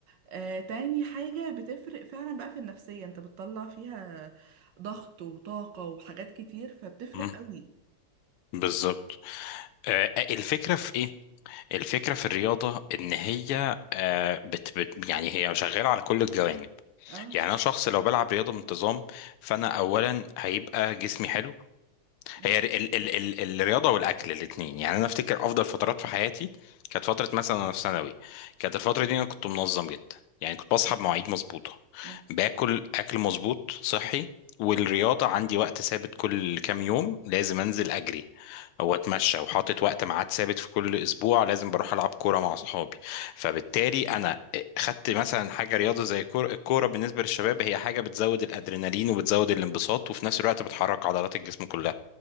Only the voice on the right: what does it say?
آه، تاني حاجة بتفرق فعلا بقى في النفسية انت بتطلع فيها ضغط وطاقة وحاجات كتير فبتفرق
قوي
اه
مم.
مم.